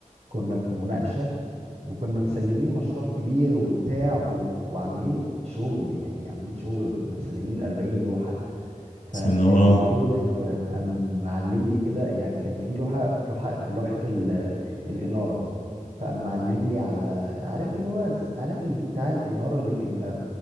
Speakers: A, on the right (about 50°); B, on the left (about 65°).
A: كنا في مناقشة وكنا مسلمين مشروع كبير وبتاع و... وعاملين شغل يعني عاملين شغل كنا مسلمين 40 لوحة فالدكتور
B: بسم الله اه
A: قام معلم لي كده يعني كان في لوحة لوحة لوحة ال... الإنارة فقام معلم لي على عارف اللي هو ز- عارف ال- بتاع الإنارة اللي بيبقى